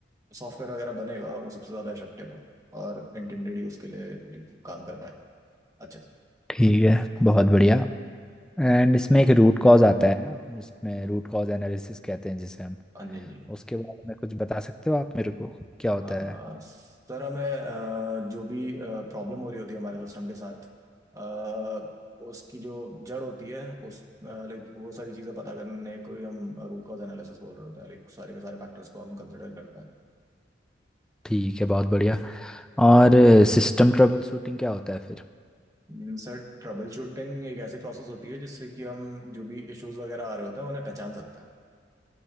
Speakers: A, on the right; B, in the centre.
A: सॉफ्टवेयर वगैरह बनेगा वो सबसे ज्यादा इफेक्टिव हो और इंटेंडेड यूज के लिए like, काम कर पाए अच्छे से
B: ठीक है बहुत बढ़िया एंड इसमें एक रूट कॉज आता है ना जिसमें रूट कॉज एनालिसिस कहते हैं जिसे हम
A: हाँ जी हाँ जी
B: उसके बारे में कुछ बता सकते हो आप मेरे को क्या होता
A: आ,
B: है
A: सर हमें आ, जो भी प्रॉब्लम हो रही होती है हमारे सिस्टम के साथ आ, उसकी जो जड़ होती है उस लाइक वो सारी चीज़ें पता करने को ही हम रूट कॉज एनालिसिस बोल रहे होते हैं लाइक सारे के सारे फैक्टर्स को हम कंसिडर करते हैं
B: ठीक है बहुत बढ़िया और सिस्टम ट्रबल शूटिंग क्या होता है फिर
A: हम्म, सर ट्रबल शूटिंग एक ऐसी प्रोसेस होती है जिससे कि हम जो भी इश्यूज वगैरह आ रहे होते हैं उन्हें पहचान सकते हैं